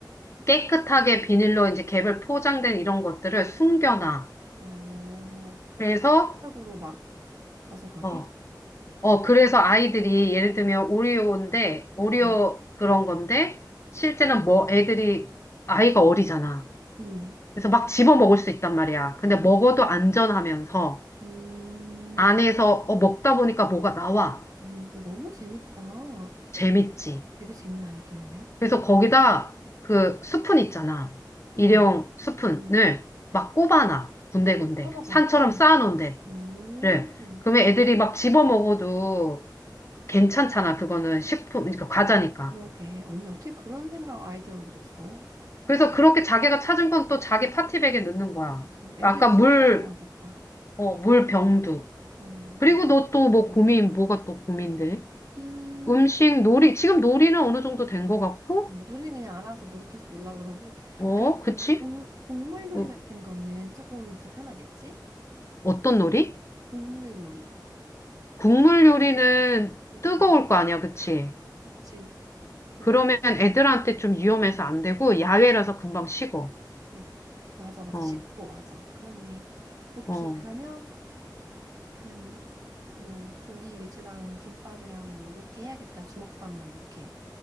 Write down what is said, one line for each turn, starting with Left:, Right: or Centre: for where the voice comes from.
Left: 깨끗하게 비닐로 이제 개별 포장된 이런 것들을 숨겨놔.
Right: 어.
Left: 그래서,
Right: 순간적으로 막 가져가게?
Left: 어, 어, 그래서 아이들이 예를 들면 오리오인데, 오리오
Right: 어.
Left: 그런 건데, 실제는 뭐 애들이, 아이가 어리잖아.
Right: 음.
Left: 그래서 막 집어 먹을 수 있단 말이야. 근데 먹어도
Right: 음.
Left: 안전하면서,
Right: 음.
Left: 안에서 어, 먹다 보니까 뭐가 나와.
Right: 오, 너무 재밌다.
Left: 재밌지.
Right: 되게 재밌는 아이디어네.
Left: 그래서 거기다 그 스푼 있잖아. 일회용
Right: 응,
Left: 스푼을
Right: 응.
Left: 막 꼽아놔. 군데군데.
Right: 애들 퍼먹으라고.
Left: 산처럼 쌓아놓은 데를.
Right: 오,
Left: 그러면 애들이 막 집어 먹어도 괜찮잖아. 그거는 식품, 그러니까 과자니까.
Right: 그러게. 언니 어떻게 그런 생각 아이디어를 얻었어?
Left: 그래서 그렇게 자기가 찾은 건 또 자기 파티백에 넣는 거야.
Right: 어, 애들
Left: 아까
Right: 진짜
Left: 물,
Right: 좋아하겠다.
Left: 어, 물 병도.
Right: 어,
Left: 그리고
Right: 애들 진짜
Left: 너 또 뭐
Right: 좋아하겠다.
Left: 고민, 뭐가 또 고민돼?
Right: 음,
Left: 음식, 놀이. 지금 놀이는 어느 정도 된 것 같고,
Right: 어, 놀이는 그냥 알아서 놀이터에서 놀라 그러고.
Left: 어,
Right: 아, 그럼
Left: 그치?
Right: 국- 국물 요리
Left: 어,
Right: 같은 거는 조금 불편하겠지?
Left: 어떤 놀이?
Right: 국물 요리
Left: 국물 요리는
Right: 불편하겠지?
Left: 뜨거울 거 아니야, 그치?
Right: 그치. 그리고
Left: 그러면 애들한테 좀 위험해서 안 되고, 야외라서 금방 식어.
Right: 그치. 맞아, 맞아.
Left: 어,
Right: 식고 맞아. 그렇네. 오케이.
Left: 어,
Right: 그러면 그냥 뭐 고기 위주랑 김밥이랑 뭐 이렇게 해야겠다. 주먹밥 뭐 이렇게.